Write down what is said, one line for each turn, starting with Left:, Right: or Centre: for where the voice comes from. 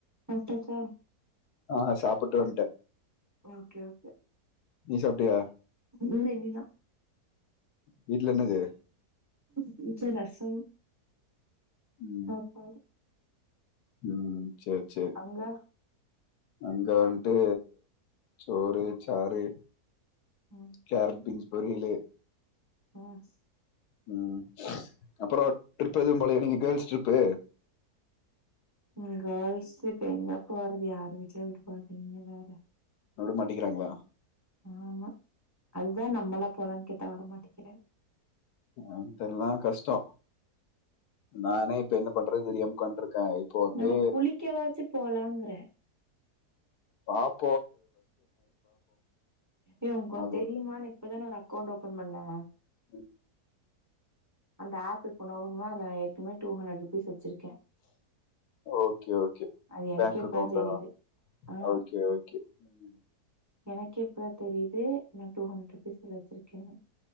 Right: சாப்டாச்சா?
Left: ஆ சாப்புட்டு வந்ட்டே
Right: ஓகே ஓகே
Left: சாப்பிட்டியா
Right: இல்ல இனிதா
Left: வீட்ல என்னது?
Right: ம் வீட்ல ரசம்
Left: ம்
Right: சாப்பாடு
Left: ம் சேரி சேரி
Right: அங்க
Left: அங்க வந்ட்டு சோறு சாறு
Right: ம்
Left: கேரட் பீன்ஸ் பொரியலு
Right: ஆ ஸ்
Left: ம் அப்புறோ ட்ரிப் எதுவு போலயா நீங்க கேள்ஸ் ட்ரிப்பு?
Right: ம் கேள்ஸ் ட்ரிப் எங்க போறது யார் வீட்லயு விடமாட்டி நீங்க வேற
Left: அ விடமாட்டிங்கிறாங்களா
Right: ஆமா அதா நம்மல்லா போலான்னு கேட் டா வரமாட்டிங்கிறே
Left: ஏன்னு தெர்ல கஷ்டோ நானே என்ன பண்றது தெரியாம உக்காண்ட்ருக்கே இப்போ வந்து
Right: நம்ம குளிக்கவாச்சு போலாங்கறே
Left: பாப்
Right: ஏ உனக்கொண்
Left: அது
Right: தெரிமா
Left: ஒன்னு
Right: நா இப்பதான ஒரு அக்கௌண்ட் ஓப் ஒப்பண் பண்ண
Left: உம்
Right: அந்த ஆப் இப்ப நோவுன்மா நா ஏற்கனவே டு ஹண்ரட் ருபீஸ் வச்சிருக்க
Left: ஓகே ஓகே
Right: அது எனக்கே
Left: பேங்க்
Right: இப்ப
Left: அக்கௌண்டா
Right: தா தெரிது ஆ
Left: ஓகே ஓகே ம்
Right: எனக்கே இப்ப தா தெரிது நா டூ ஹண்ரட் பீஸ் இதுல வச்சிருக்கேனு